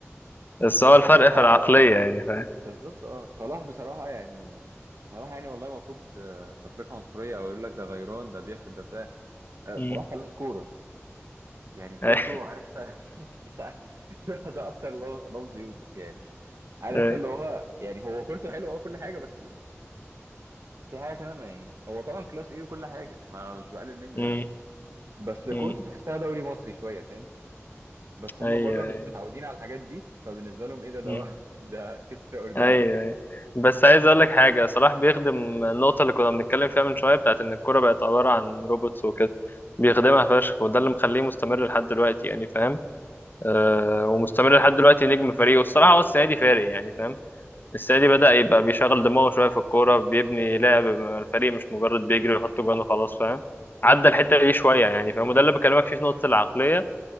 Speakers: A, on the left; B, on the right.
A: بس هو الفرق
B: هو بصراحه
A: في العقليه يعني فاهم
B: بالظبط اه صلاح بصراحه يعني بصراحه يعني والله ما صوتش تفرقه عنصريه او يقول لك ده غيران ده بيحكي ده بتاع آه،
A: مم.
B: صلاح فلاح كوره يعني كورته
A: <laughs> أي-
B: عارف <laughs> مش عارف، ده اكتر لو- لفظ يوسف يعني عارف
A: أي.
B: انت اللي هو يعني هو كورته حلوه اه كل حاجه بس في حاجه كمان ما يعني هو طبعا كلاس ايه وكل حاجه ما مش بقلل منه
A: مم.
B: يعني بس كورته
A: مم.
B: تحسها دوري مصري شويه فاهم بس هم
A: ايوه
B: بره مش
A: أيوة.
B: متعودين على الحاجات دي فبالنسبه لهم ايه ده ده
A: مم.
B: واحد- <laughs> ده كيس اوردينري
A: ايوه
B: فاهم
A: أيوة. بس عايز اقول لك حاجه صلاح بيخدم النقطه اللي كنا بنتكلم فيها من شويه بتاعت ان الكوره بقت عباره عن روبوتس وكده بيخدمها فشخ وده اللي مخليه مستمر لحد دلوقتي يعني فاهم آه ومستمر لحد دلوقتي نجم فريقه الصراحه هو السنه دي فارق يعني فاهم السعيدي بدأ يبقى بيشغل دماغه شوية في الكورة بيبني لعب مع الفريق مش مجرد بيجري ويحط جوان وخلاص فاهم عدى الحتة دي شوية يعني فاهم وده اللي بكلمك فيه في نقطة العقلية